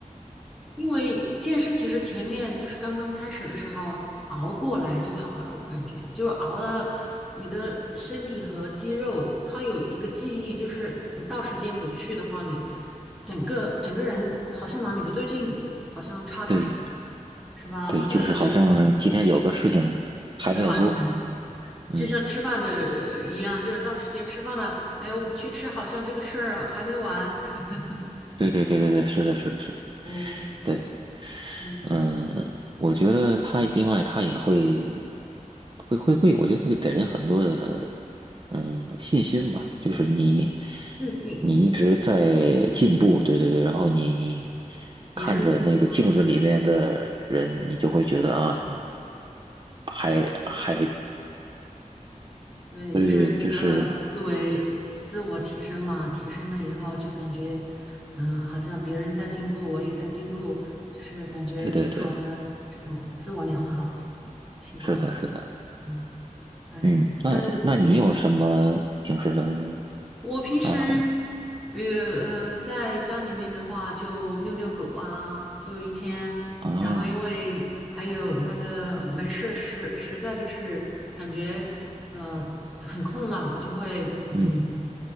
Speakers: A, in the centre; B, on the right (about 35°).
A: 因为健身其实前面就是刚刚开始的时候熬过来就好了，我感觉就是熬了，你的身体和肌肉它有一个记忆，就是你到时间不去的话，你整个整个人好像哪里不对劲，好像差点啥，
B: 对
A: 是吧？
B: 对，
A: 我就有一这种
B: 就是好像今天有个事情还没有做。
A: 没完成，
B: 嗯，
A: 就像吃饭的一样，就是到时间吃饭了，哎，我不去吃，好像这个事儿还没完。<laughs>
B: 对对对对对，是的，是的，是的，
A: 嗯，
B: 对。
A: 嗯，
B: 嗯，我觉得他另外他也会会会会，我觉得会给人很多的嗯信心吧，就是你
A: 自信，
B: 你一直在进步，对对对，然后你你
A: 提升自己嘛，
B: 看着那个镜子里面的人，
A: 就是。
B: 你就会觉得啊，还还
A: 对，
B: 所以就是嗯，
A: 就是一个自为自我提升嘛，提升了以后就感觉，嗯、好像别人在进步，我也在进步，就是感觉挺好的这种自我良好
B: 对对对，
A: 情况。
B: 是的，是的，
A: 嗯，哎，
B: 嗯，那那你有什么平时的
A: 反正我平时我平时，
B: 爱好吗？
A: 比如呃，在家里面的话，就遛遛狗啊，就一天，
B: 啊，
A: 然后因为还有那个没事实实在就是感觉呃很空了，我就会嗯
B: 嗯